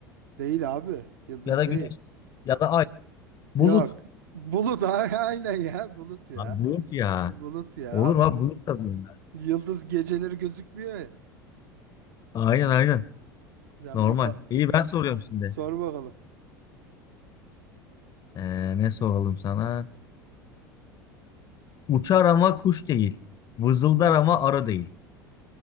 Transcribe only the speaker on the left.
ya da
güneş ya da ay.
Bulut.
Ha, bulut ya.
Olur
mu abi bulut da bunlar.
Aynen aynen.
Normal.
İyi ben soruyorum şimdi.
Ee, ne soralım sana? Uçar ama kuş değil. Vızıldar ama arı değil.